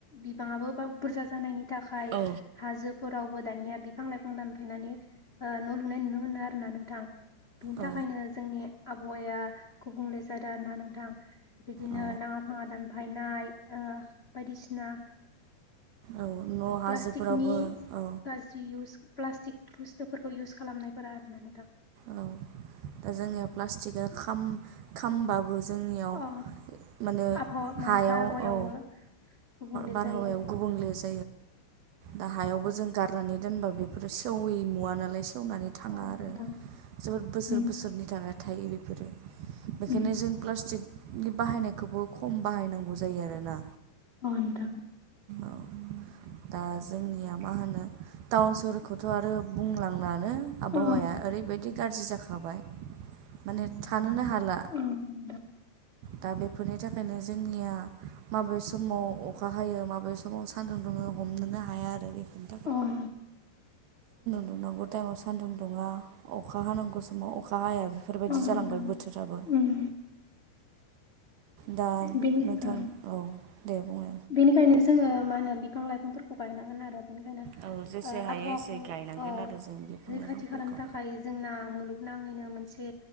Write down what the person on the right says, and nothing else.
औ
औ
औ
औ न' हाजोफोरावबो
औ
औ दा जोंनिया प्लास्टिकआ खामानियाव खामबाबो जोंनियाव
माने
हायाव
औ
बारहावायाव
गुबुंले जा दा हायावबो जों गारनानै दोनबा बेफोरो सेवैमुवा नालाय सेवनानै थाङा
आरो। जोबोद बोसोर
बोसोरनि थाखाय थायो बेफोरो बेखायनो
जों प्लास्टिक बाहायनायखौबो खम बाहायनांगौ जायो आरोना।
औ दा जोंनिया मा होनो? टाउन सहरखौथ आरो बुंनांलानो आबहावाया
ओरै गाज्रि जाखाबाय माने थानोनो हाला।
दा बेफोरनि थाखायनो जोंनिया माबे समाव अखा हायो माबे समाव सान्दुं दुङो हमनोनो हाया आरो बेफोरनि
सान्दुंनांगौ टाइमाव सान्दुं दुंङा अखा हानांगौ समाव अखा हाया। बेफोरबायदि
जालांबाय बोथोराबो।
दा
नोंथां
औ दे बुं
औ जेसे हायो
एसे गायनांगोन
आरो जों बिफां
लाइफांफोरखौ